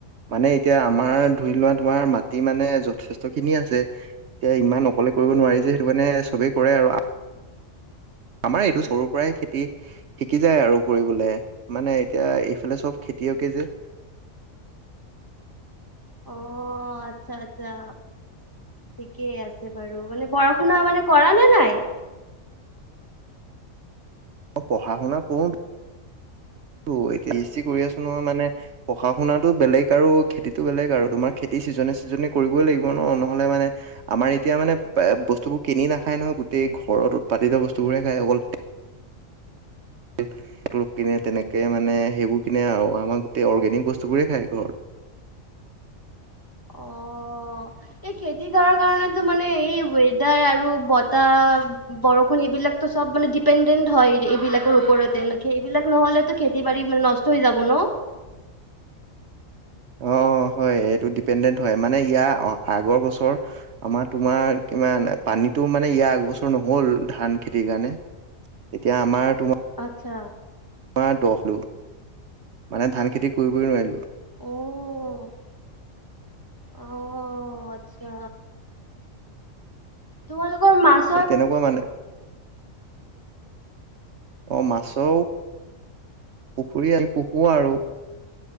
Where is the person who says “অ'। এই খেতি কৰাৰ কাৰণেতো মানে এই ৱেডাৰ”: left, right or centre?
Left